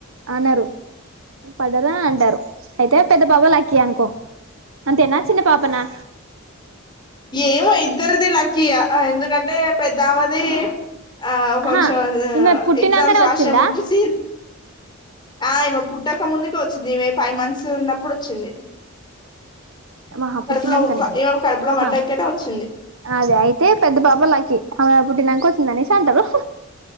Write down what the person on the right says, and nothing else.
అన్నరు పడ్డరా అంటారు అయితే పెద్ద పాప లక్కీ అనుకో అంతేనా చిన్న పాపనా
ఆహా ఈమె పుట్టినాకనే
వచ్చిందా
మహా పుట్టినంకనే
ఇగ
అహ
అదే అయితే పెద్ద పాప లక్కీ అమె టినాంకోచ్చుందని అనేసి అంటారు